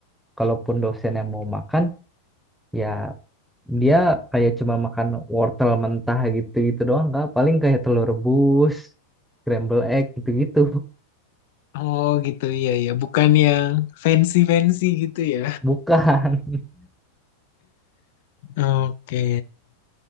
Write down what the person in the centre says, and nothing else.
kalaupun dosennya mau makan, ya dia kayak cuma makan wortel mentah gitu-gitu doang nggak, paling kayak telur rebus, scramble egg gitu-gitu.
Bukan. <laughs>